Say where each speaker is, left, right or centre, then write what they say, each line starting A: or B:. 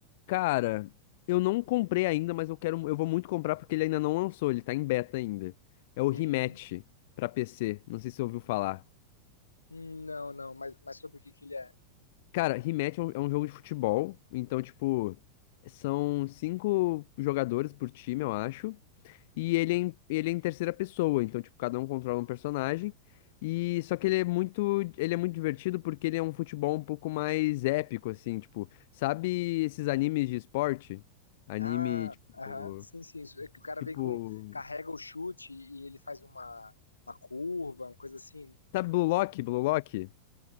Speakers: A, on the left (about 50°); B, on the left (about 80°).
A: cara, eu não comprei ainda, mas eu quero, eu vou muito comprar porque ele ainda não lançou, ele tá em beta ainda. É o
B: Uhum.
A: Rematch pra PC, não sei se você ouviu falar.
B: Hum, Não, não, mas, mas sobre o que que ele é?
A: Cara, Rematch é um, é um jogo de futebol, então tipo, são cinco jogadores por time, eu acho. E ele é em, ele é em terceira pessoa, então, tipo, cada um controla um personagem. E só que ele é muito, ele é muito divertido porque ele é um futebol um pouco mais épico, assim, tipo, sabe esses animes de esporte? Anime,
B: Ah,
A: tipo,
B: aham, sim, sim. isso. É que o cara
A: tipo,
B: vem com. Carrega o chute e ele faz uma, uma curva, uma coisa assim.
A: sabe Blue Lock? Blue Lock?